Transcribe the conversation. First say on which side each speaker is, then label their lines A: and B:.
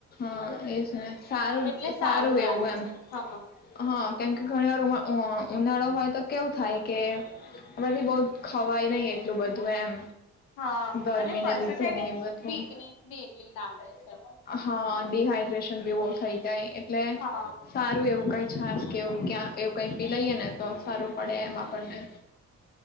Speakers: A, on the left (about 30°); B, on the left (about 85°).
A: હ એજ સારું
B: એટલે
A: સારું
B: લાગે
A: એવું એમ
B: છે હા.
A: હા કેમ કે ઘણી વારમાં અ ઉનાળો હોય તો કેવું થાય કે <unintelligible> બઉ ખવાય નઈ એટલું બધું એમ.
B: હા
A: ગરમીને
B: અને પછી
A: લીધે
B: છે ને
A: એ બધું
B: વીકનેસ બી એટલી લાગે. છે.
A: હા ડીહાઈડ્રેશન બી બઉ થઈ જાય એટલે
B: હા
A: સારું એવું કઈ છાસ કે એવું ક્યાં એવું કઈ પી લઈએ ને તો સારું પડે એમ આપણને.